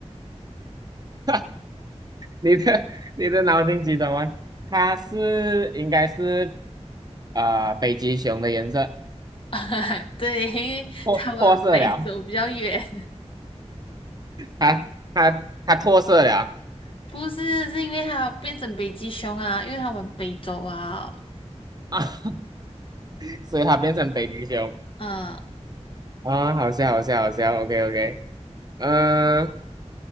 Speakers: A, on the right; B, on the left.
A: <laughs> 你的你的脑筋急转弯，它是应该是呃北极熊的颜色
B: <laughs> 对，因为它往北走比较远，
A: 脱脱色了，它它它脱色了。
B: <laughs> 不是，是因为它变成北极熊啊，因为它往北走啊。
A: 啊，<laughs> 所以它变成北极熊
B: 嗯，
A: 啊，好笑，好笑，好笑，OK OK，嗯、呃